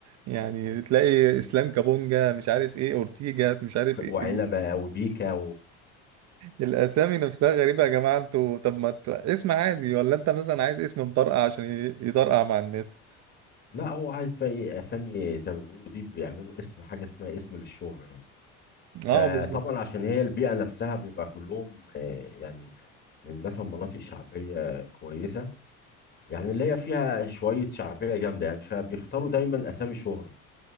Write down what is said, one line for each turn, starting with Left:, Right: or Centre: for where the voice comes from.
Right: يعني تلاقي اسلام كابونجا مش عارف ايه اورتيجا مش عارف
Left: <laughs>
Right: ايه
Left: وعنبه
Right: ال-
Left: وبيكا
Right: الاسامي نفسها غريبة يا جماعة انتوا طب ما ت- اسم عادي ولا انت مثلا عايز اسم مطرقع عشان ي- يطرقع مع الناس
Left: لا هو عايز بقى ايه اسامي زي ما بيقولوا دي بيعملوا اسم حاجه اسمها اسم للشهره يعني فطبعا
Right: اه بالظبط
Left: عشان هي البيئه نفسها بيبقى كلهم آه، يعني من مثلا مناطق شعبيه كويسه يعني اللي هي فيها شويه شعبيه جامده يعني فبيختاروا دايما اسامي شهره